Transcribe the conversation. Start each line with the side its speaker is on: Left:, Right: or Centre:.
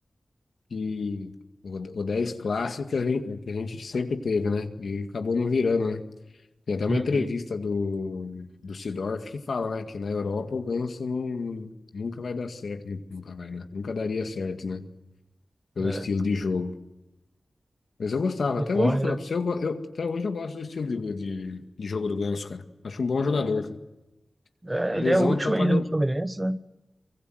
Left: de o 10 clássico que a gente, que a gente sempre teve, né? E acabou não virando, né? Tem até uma
Right: Uhum.
Left: entrevista do, do Seedorf que fala, né, que na Europa o Ganso não, nunca vai dar certo, nunca vai, né? Nunca daria certo, né? Pelo
Right: É,
Left: estilo de jogo. Mas eu gostava,
Right: ele
Left: até
Right: corre,
Left: hoje, falar
Right: né?
Left: pra você, eu, go- eu- até hoje eu gosto do estilo de, de, de jogo do Ganso, cara. Acho um bom jogador, cara.
Right: É,
Left: A lesão
Right: ele é útil
Left: atrapalhou,
Right: ainda no Fluminense, né?